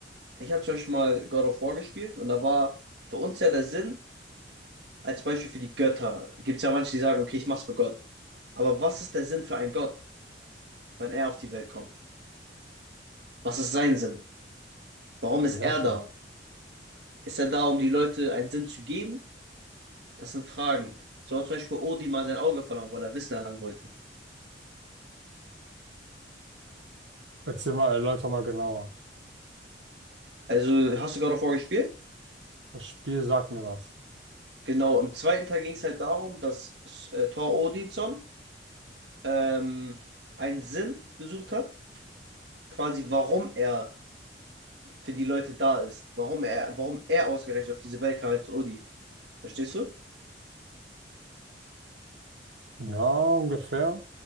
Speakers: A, on the right; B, on the right.
A: Ich habe zum Beispiel mal God of War gespielt und da war für uns ja der Sinn, als Beispiel für die Götter, gibt es ja manche, die sagen, okay, ich mach's für Gott. Aber was ist der Sinn für einen Gott, wenn er auf die Welt kommt? Was ist sein Sinn? Warum
B: zu
A: ist
B: beherrschen.
A: er da? Ist er da, um die Leute einen Sinn zu geben? Das sind Fragen. So hat zum Beispiel Odin mal sein Auge verloren, weil er Wissen erlangen wollte.
B: Erzähl mal, erläuter mal genauer.
A: Also hast du God of War gespielt?
B: Das Spiel sagt mir was.
A: Genau, im zweiten Teil ging es halt darum, dass äh, Thor Odinson ähm, einen Sinn gesucht hat, quasi warum er für die Leute da ist. Warum er, warum er ausgerechnet auf diese Welt kam als Odi. Verstehst du?
B: Ja, ungefähr.